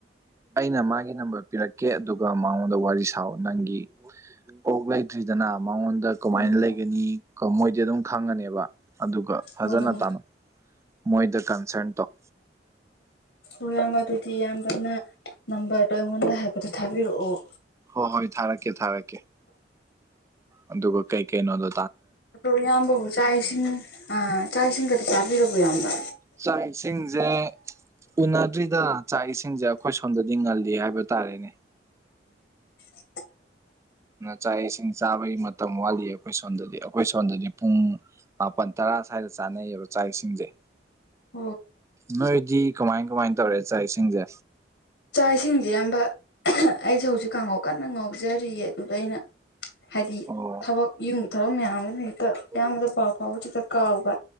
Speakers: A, on the right; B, on the left.
A: ꯑꯩꯅ ꯃꯥꯒꯤ ꯅꯝꯕꯔ ꯄꯤꯔꯛꯀꯦ ꯑꯗꯨꯒ ꯃꯉꯣꯟꯗ ꯋꯥꯔꯤ ꯁꯥꯎ ꯅꯪꯒꯤ ꯑꯣꯛ ꯂꯩ ꯁꯤꯗꯅ ꯃꯉꯣꯟꯗ ꯀꯃꯥꯏꯅ
B: ꯎꯝ
A: ꯂꯩꯒꯅꯤ ꯃꯣꯏꯗꯤ ꯑꯗꯨꯝ ꯈꯪꯉꯅꯦꯕ ꯑꯗꯨꯒ ꯐꯖꯅ
B: ꯑꯣ
A: ꯇꯅꯧ ꯃꯣꯏꯗ ꯀꯟꯁꯔꯟ ꯇꯧ
B: ꯍꯣꯏ ꯏꯌꯥꯝꯕ ꯑꯗꯨꯗꯤ ꯏꯌꯥꯝꯕꯅ ꯅꯝꯕꯔꯗꯣ ꯑꯩꯉꯣꯟꯗ ꯍꯥꯏꯐꯦꯇ ꯊꯥꯕꯤꯔꯛꯑꯣ
A: ꯍꯣꯏ ꯍꯣꯏ ꯊꯥꯔꯛꯀꯦ ꯊꯥꯔꯛꯀꯦ ꯑꯗꯨꯒ ꯀꯩ ꯀꯩꯩꯅꯣꯗꯣ
B: ꯑꯗꯣ ꯏꯌꯥꯝꯕꯕꯨ ꯆꯥꯛ ꯏꯁꯤꯡ ꯑꯥ ꯆꯥꯛ ꯏꯁꯤꯡꯒꯗꯤ ꯆꯥꯕꯤꯔꯕꯣ ꯏꯌꯥꯝꯕ
A: ꯆꯥꯛ ꯏꯁꯤꯡꯖꯦ ꯎꯅꯗ꯭ꯔꯤꯗ ꯆꯥꯛ ꯏꯁꯤꯡꯖꯦ ꯑꯈꯣꯏ ꯁꯣꯝꯗꯗꯤ ꯉꯜꯂꯤ ꯍꯥꯏꯕ ꯇꯥꯔꯦꯅꯦ
B: ꯑꯣ
A: ꯆꯥꯛ ꯏꯁꯤꯡ ꯆꯥꯕꯒꯤ ꯃꯇꯝ ꯋꯥꯠꯂꯤ ꯑꯈꯣꯏ ꯁꯣꯝꯗꯗꯤ ꯑꯈꯣꯏ ꯁꯣꯟꯗꯗꯤ ꯄꯨꯡ ꯃꯥꯄꯜ ꯇꯔꯥ ꯇꯔꯥ ꯁꯥꯏꯗ ꯆꯥꯅꯩꯌꯦꯕ ꯆꯥꯛ ꯏꯁꯤꯡꯖꯦ
B: <inaudible>
A: ꯅꯣꯏꯗꯤ ꯀꯃꯥꯏ ꯀꯃꯥꯏ ꯇꯧꯔꯦ ꯆꯥꯛ ꯏꯁꯤꯡꯖꯦ
B: ꯆꯥꯛ ꯏꯁꯤꯡꯖꯦ ꯏꯌꯥꯝꯕ ꯑꯩꯖꯦ ꯍꯧꯖꯤꯛ ꯀꯥꯡꯍꯧ ꯀꯟꯅ ꯉꯧꯖꯔꯤꯌꯦ ꯑꯗꯨꯒ ꯑꯩꯅ ꯍꯥꯏꯗꯤ
A: ꯑꯣ
B: ꯊꯕꯛ ꯌꯨꯝꯒꯤ ꯊꯕꯛ ꯃꯌꯥꯝ ꯑꯃ ꯍꯦꯛꯇ
A: ꯑꯣ
B: ꯑꯌꯥꯝꯕꯗ ꯄꯥꯎ ꯐꯥꯎꯕ ꯍꯦꯛꯇ ꯀꯥꯎꯕ